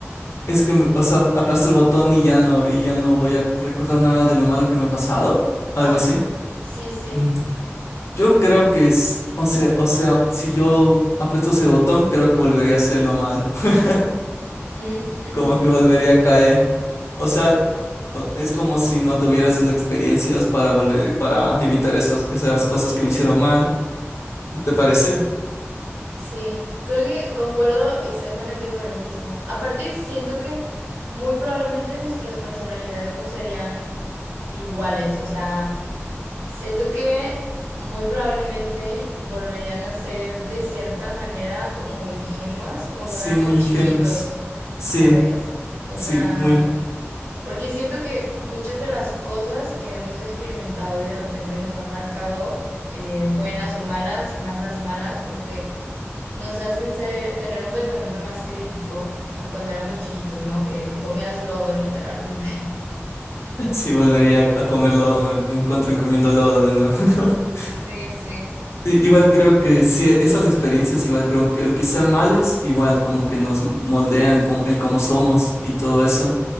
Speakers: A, on the left; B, on the right.
A: es que, me- o sea, aplasto el botón y ya no, y ya no voy a recordar nada de lo malo que me ha pasado. Algo
B: Ajá,
A: así.
B: sí, sí.
A: Mm, yo creo que es, o sea, o sea, si yo aplasto ese botón, creo que volvería a hacer lo malo. <laughs>
B: Mm.
A: Como que volvería a caer. O sea, o- Es como si no tuviera esas experiencias para volver, para evitar esas, esas cosas que me hicieron mal. ¿No te parece?
B: Sí, creo que concuerdo exactamente con lo mismo. Aparte, siento que muy probablemente nuestras personalidades no serían iguales, o sea, siento que muy probablemente volverían a ser de cierta manera como ingenuas, como
A: Sí,
B: cuando éramos
A: muy
B: chiquitos,
A: ingenuos. Sí,
B: ¿sabes? O
A: sí,
B: sea,
A: muy.
B: porque siento que muchas de las cosas que hemos experimentado y de repente nos han marcado, eh, buenas o malas, más las malas, como que nos hacen ser- tener un pensamiento más crítico a cuando éramos chiquitos, ¿no? Que comías lodo, literalmente. <laughs>
A: <laughs> Sí, volvería a a comer lodo, me, me encuentran comiendo lodo de nuevo. <laughs>
B: Sí, sí.
A: Sí, igual creo que sí, esas experiencias, igual creo que aunque sean malas, igual como que nos moldean como, el cómo somos y todo eso,